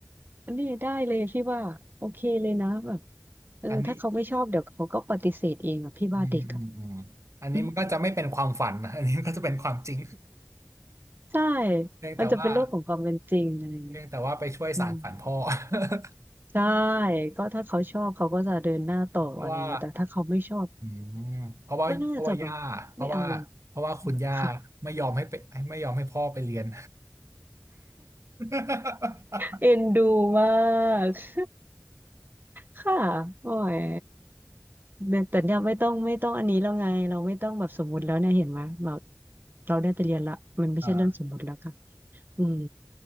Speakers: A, on the right; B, on the right.
A: อันนี้ได้เลยพี่ว่าโอเคเลยนะแบบเออถ้าเขาไม่ชอบเดี๋ยวเขาก็ปฏิเสธเองอ่ะพี่ว่าเด็กอ่ะ
B: อันนี้อืมอืมอืมอันนี้มันก็จะไม่เป็นความฝัน
A: อืม
B: <laughs> นะอันนี้มันก็จะเป็นความจริง
A: ใช่
B: เพียงแต่ว่า
A: มันจะเป็นโลกของความเป็นจริงอะไรเงี้ย
B: เพียงแต่ว่าไปช่วยสานฝันพ่อ
A: อืม
B: <laughs>
A: ใช่ก็ถ้าเขาชอบเขาก็จะเดินหน้าต่ออะไรเงี้ยแต่ถ้าเขาไม่ชอบ
B: เพราะว่า อืมเพราะว่าเพราะว่าย่าเพราะว่าเพราะว่าคุณย่า
A: ก็น่าจะแบบไม่เอาเลยอืมค่ะ
B: ไม่ยอมให้ไปไม่ยอมให้พ่อไปเรียน <laughs>
A: เอ็นดูมาก <laughs> ค่ะโอ้ยแต่ยแต่เนี่ยไม่ต้องไม่ต้องอันนี้แล้วไงเราไม่ต้องแบบสมมุติแล้วเนี่ยเห็นไหมเราเราได้ไปเรียนละมันไม่ใช่เรื่องสมมุติแล้วค่ะ
B: อ่า
A: อืม